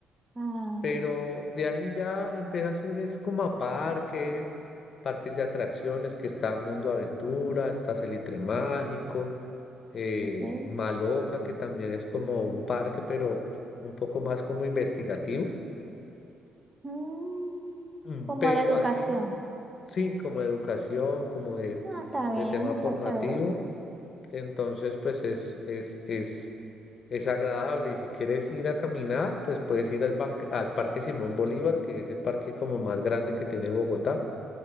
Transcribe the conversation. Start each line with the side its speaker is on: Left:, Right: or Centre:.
Right: Ah,
Left: pero de ahí ya empiezas a ir es como a parques, parques de atracciones, que está Mundo Aventura, está Salitre Mágico, eh,
Right: ok.
Left: Maloca, que también es como un parque, pero un poco más como investigativo,
Right: Mm,
Left: Mm,
Right: como
Left: pero
Right: de educación.
Left: así, sí, como educación, como de,
Right: Ah, está bien,
Left: de tema formativo.
Right: está chévere.
Left: Entonces, pues es, es, es, es agradable. Y si quieres ir a caminar, pues puedes ir al, banque- al Parque Simón Bolívar, que es el parque como más grande que tiene Bogotá,